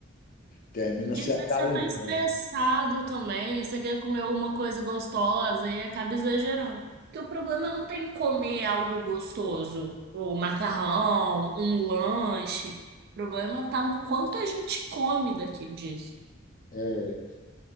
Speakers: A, on the left; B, on the right.
A: termina
B: E
A: se
B: às
A: acalentando.
B: vezes você tá estressado também, você quer comer alguma coisa gostosa e acaba exagerando. Porque o problema não tem comer algo gostoso, o macarrão, um lanche. O problema tá no quanto a gente come daqui disso.
A: É,